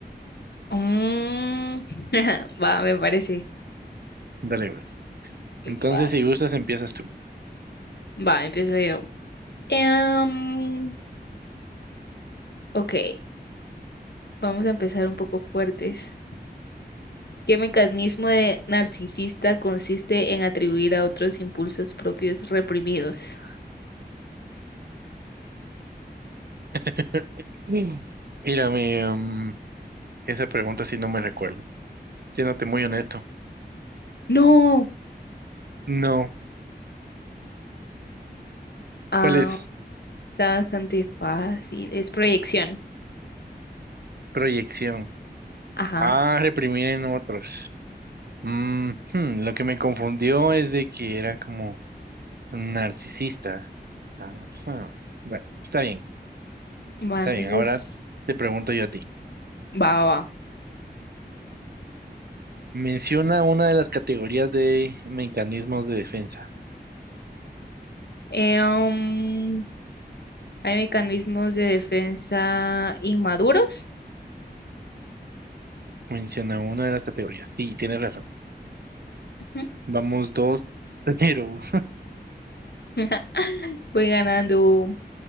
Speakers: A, on the left; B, on the right.
A: Mm, <laughs> va, me parece.
B: Dale, pues. Entonces,
A: Mm, Va,
B: si gustas, empiezas tú.
A: va, empiezo yo. Em, ok, vamos a empezar un poco fuertes. ¿Qué mecanismo de narcisista consiste en atribuir a otros impulsos propios reprimidos?
B: <laughs> Mm. Mírame, mm, esa pregunta sí no me recuerdo. Siéndote muy honesto.
A: No.
B: No.
A: Ah,
B: ¿Cuál es?
A: está bastante fácil. Es proyección.
B: Proyección.
A: Ajá.
B: Ah, reprimir en otros. Mm, hmm, lo que me confundió es de que era como narcisista. Ajá. Bueno, está bien,
A: Va,
B: está
A: entonces,
B: bien. Ahora te pregunto yo a ti.
A: va, va, va.
B: Menciona una de las categorías de mecanismos de defensa.
A: Eh, um, hay mecanismos de defensa inmaduros.
B: Menciona una de las categorías. Sí, tienes razón.
A: Ujú.
B: Vamos dos, pero
A: <laughs> Voy ganando.